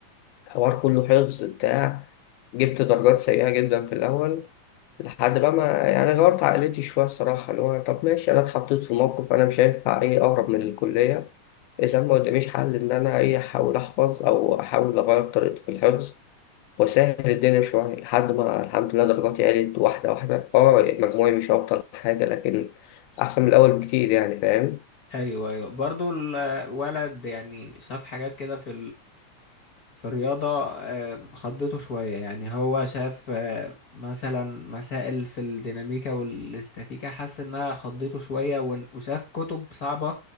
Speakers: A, on the left (about 80°); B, on the left (about 40°).
A: الحوار كله حفظ بتاع جبت درجات سيئة جدا في الأول لحد بقى ما يعني غيرت عقليتي شوية الصراحة اللي هو طب ماشي أنا اتحطيت في موقف أنا مش هينفع إيه أهرب من الكلية إذا ما قداميش حل إن أنا إيه أحاول أحفظ أو أحاول أغير طريقتي في الحفظ وسهل الدنيا شوية لحد ما الحمد لله درجاتي عالت واحدة واحدة اه مجموعي مش أبطل حاجة لكن أحسن من الأول بكتير يعني فاهم
B: ايوه ايوه برضو الولد يعني شاف حاجات كده في في الرياضة آه، خضته شوية يعني هو شاف آه، مثلا مسائل في الديناميكا والاستاتيكا حس انها خضته شوية ون- وشاف كتب صعبة